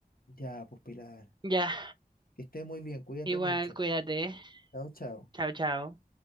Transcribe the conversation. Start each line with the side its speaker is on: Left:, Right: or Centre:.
Left: Ya, pues Pilar,
Right: Ya,
Left: que esté muy bien, cuídate
Right: igual,
Left: mucho.
Right: cuídate. ¿eh?
Left: Chao, chao.
Right: Chao, chao.